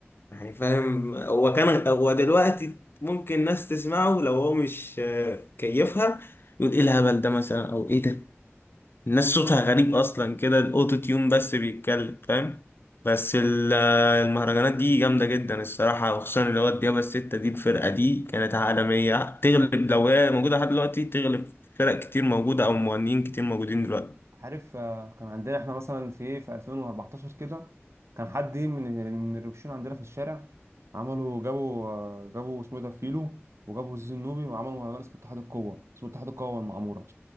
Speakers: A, on the left; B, on the right.
A: يعني فاهم هو كان هو دلوقتي ممكن ناس تسمعه لو هو مش آه، كيفها يقول إيه الهبل ده مثلا أو إيه ده الناس صوتها غريب اصلا كده الاوتو تيون بس بيتكلم فاهم بس ال- المهرجانات دي جامده جدا الصراحه وخصوصا اللي هو الديابه السته دي الفرقه دي كانت عالميه تغلب لو هي موجوده لحد دلوقتي تغلب فرق كتير موجوده او مغنيين كتير موجودين دلوقتي
B: عارف آه، كان عندنا احنا مثلا في ايه في 2014 كده كان حد إيه من من الروشين عندنا في الشارع عملوا جابوا آه، جابوا اسمه ايه ده فيلو وجابوا زيزو النوبي وعملوا مهرجان اسمه اتحاد القوة اسمه اتحاد القوة والمعمورة